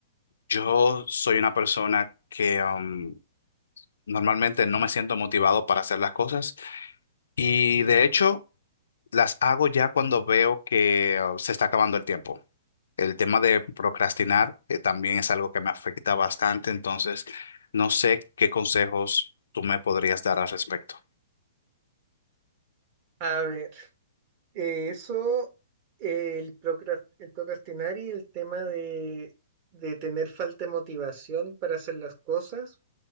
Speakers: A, on the left; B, on the right.
A: Yo soy una persona que um, normalmente no me siento motivado para hacer las cosas y de hecho las hago ya cuando veo que uh, se está acabando el tiempo. El tema de procrastinar eh, también es algo que me afecta bastante, entonces no sé qué consejos tú me podrías dar al respecto.
B: A ver, eh, eso, eh, el procras- el procrastinar y el tema de, de tener falta de motivación para hacer las cosas